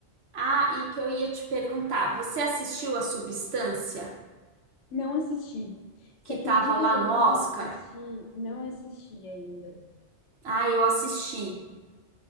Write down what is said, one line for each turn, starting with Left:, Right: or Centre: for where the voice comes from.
Right: Ah, e que eu ia te perguntar, você assistiu a Substância
Left: não assisti. Você
Right: que
Left: acredita
Right: tava lá
Left: que eu
Right: no
Left: não
Right: Oscar?
Left: assisti? Não assisti ainda.
Right: Ah, eu assisti.